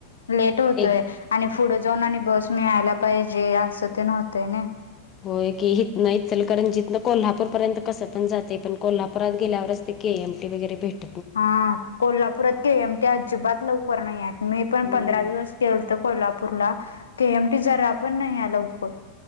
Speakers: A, on the left; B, on the left.
A: लेट होतोय
B: एक
A: आणि पुढे जाऊन आणि बस मिळायला पाहिजे असं ते नव्हतंय ना.
B: होय की हित नाही इ चल कारण जथनं कोल्हापूरपर्यंत कसं पण जाते पण कोल्हापुरात गेल्यावरच... ते के एमटी वगैेऱे भेट
A: हा कोल्हापुरात के एमट्या अ जिबात लवकर नाही आहेत. मी पण
B: हम्म
A: पंधरा दिवस गेलत कोल्हापूरला केएमटी जरा पण नाही आ लवकर.